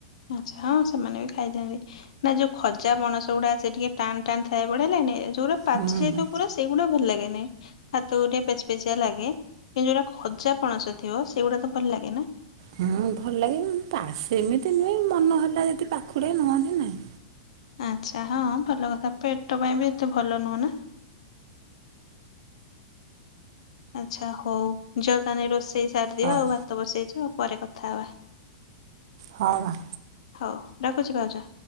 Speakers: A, on the left; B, on the right.
A: ଆଚ୍ଛା ହଁ ସେମାନେ ବି ଖାଇ ଦିଅନ୍ତି। ନା ଯୋଉ ଖଜା ପଣସ ଗୁଡା ଆ ସେ ଟିକେ ଟା ଟାଣ ଟାଣ ଥାଏ ବଢ଼ିଆ ଲାଗେନି ଯୋଉଗୁରା ପାଚି
B: ହୁଁ।
A: ଯାଇଥାଏ ପୁରା ସେଇଗୁଡା ଭଲ ଲାଗେନାଇଁ। ହାତ ଗୋଟେ ପେଚିପେଚିଆ ଲାଗେ କିନ୍ତୁ ଯୋଉଟା ଖଜା ପଣସ ଥିବ ସେଗୁଡା ତ ଭଲ ଲାଗେ ନା।
B: ହୁଁ ଭଲ ଲାଗିବ ସେମିତି ନୁହେଁ ମନ ହେଲା ଯଦି ପାଖୁଡେ ନହନେ ନାହିଁ।
A: ଆଚ୍ଛା ହଁ ଭଲ କଥା ପେଟ ପାଇଁ ବି ଏତେ ଭଲ ନୁହଁ ନା। ଆଚ୍ଛା ହୋଉ ଯାଅ ତାହେଲେ ରୋଷେଇ ସାରିଦିଅ
B: ହଉ
A: ଆଉ ଭାତ ବସେଇଚ ପରେ କଥା ହବା।
B: ହଁ ବା।
A: ହୋଉ ରଖୁଚି ଭାଉଜ।